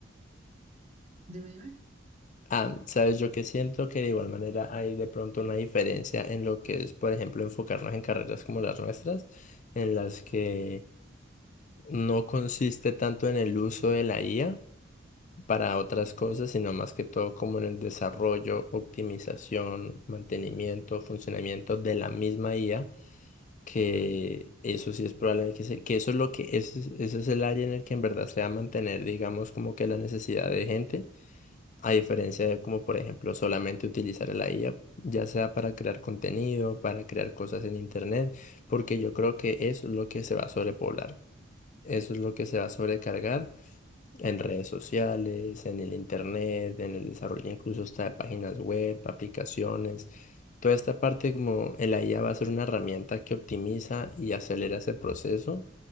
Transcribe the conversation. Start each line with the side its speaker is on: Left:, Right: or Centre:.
Right: <sighs> dime, dime.
Left: ah, sabes, yo que siento que de igual manera hay de pronto una diferencia en lo que es, por ejemplo, enfocarnos en carreras como las nuestras, en las que no consiste tanto en el uso de la IA. para otras cosas, sino más que todo como en el desarrollo, optimización, mantenimiento, funcionamiento de la misma IA, que eso sí es probable que, se- que eso es lo que ese es, ese es el área en el que en verdad se va a mantener, digamos, como que la necesidad de gente, a diferencia de como, por ejemplo, solamente utilizar la IA, ya sea para crear contenido, para crear cosas en internet, porque yo creo que eso es lo que se va a sobrepoblar. Eso es lo que se va a sobrecargar en redes sociales, en el internet, en el desarrollo incluso hasta de páginas web, aplicaciones. Toda esta parte como el IA va a ser una herramienta que optimiza y acelera ese proceso,